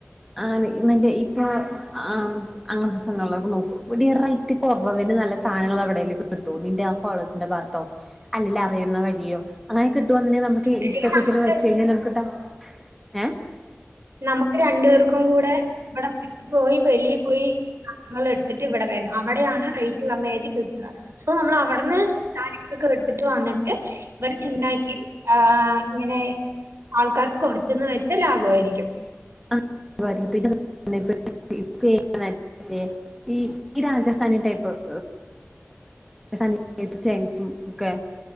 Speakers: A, in the centre; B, on the right.
A: ആ മറ്റേ ഇപ്പൊ ആ അങ്ങനത്തെ സാനങ്ങളിലക്കെ നോക്കും <unintelligible> ത്തി കൊറവിനു നല്ല സാനങ്ങളവിടേലും കിട്ടൊ നിന്റെ ആ കോളേജിന്റെ ഭാത്തോ? അല്ലേല് അറിയുന്ന വഴിയോ അങ്ങനെ
B: അല്ലെങ്കിൽ
A: കിട്ടുവാന്നുണ്ടെങ്കി ഇൻസ്റ്റാ പേജിൽ
B: നമുക്ക്
A: വെച്ചഴിഞ്ഞാ നമുക്ക് ഡ ഹേ
B: നമുക്ക് രണ്ടു പേർക്കും കൂടെ ഇവിടം വിട്ട് പോയി വെളീ പോയി കാങ്ങൾ എടുത്തിട്ട് ഇവിടെ വെരണ അവിടെയാണ് റേറ്റ് കമ്മിയായിട്ട് കിട്ട് സോ നമ്മളവിടുന്ന് കാര്യങ്ങളെക്ക എടുത്തിട്ട് വന്നിട്ട് ഇവിടെന്ന് ഇണ്ടാക്കി ആഹ് ഇങ്ങനെ ആൾക്കാർക്ക് കൊട്ത്ത്ന്ന് വെച്ചാ ലാഭവാരിക്കും.
A: <inaudible> ഈസിയായിട്ട് നടത്തെ ഈ രാജസ്ഥാനി ടൈപ്പ് <inaudible> <unintelligible> ഒക്കെ